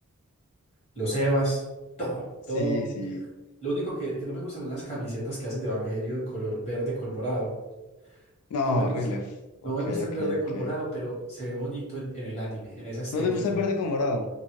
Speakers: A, on the left (about 30°); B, on the left (about 80°).
A: los Evas, todo,
B: Sí,
A: todo.
B: sí.
A: Lo único que, que no me gustan son las camisetas que hacen de Evangelio en color verde con morado. No
B: No,
A: me gustan.
B: horrible. Ok,
A: No me gusta
B: ok,
A: el verde con
B: ok.
A: morado, pero se ve bonito en, en el anime, en esa estética,
B: ¿No te gusta el verde con morado?